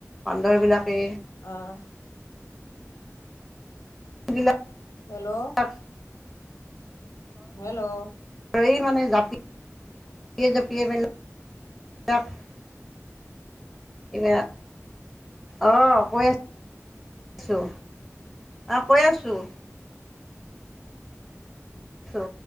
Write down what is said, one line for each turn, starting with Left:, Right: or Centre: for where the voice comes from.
Centre: বান্দৰ বিলাকে
Left: অ',
Centre: বিলাপ
Left: হেল্ল'
Centre: <unintelligible>
Left: হেল্ল'
Centre: ৰৈ মানে জাপি জাপিয়ে জাতিয়ে মানে <unintelligible> <unintelligible> অ', কৈ আছোঁ অ কৈ আছোঁ। ছো